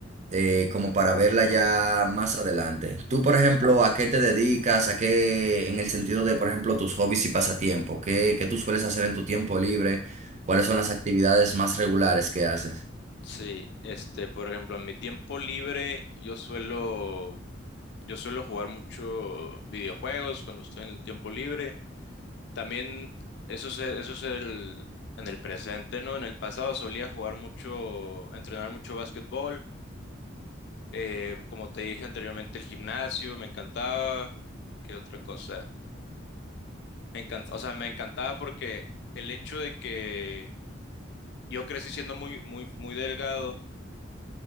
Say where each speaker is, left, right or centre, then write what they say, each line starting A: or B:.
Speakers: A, on the right; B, on the left.
A: eh, como para verla ya más adelante. Tú, por ejemplo, ¿a qué te dedicas? ¿A qué, en el sentido de, por ejemplo, tus hobbies y pasatiempos? ¿Qué, qué tú sueles hacer en tu tiempo libre? ¿Cuáles son las actividades más regulares que haces?
B: Sí, este, por ejemplo, en mi tiempo libre yo suelo Yo suelo jugar mucho videojuegos cuando estoy en el tiempo libre. También eso es, e- eso es el, en el presente, ¿no? En el pasado solía jugar mucho, entrenar mucho básquetbol. Eh, como te dije anteriormente, el gimnasio me encantaba. ¿Qué otra cosa? Me encanta, o sea, me encantaba porque el hecho de que yo crecí siendo muy, muy, muy delgado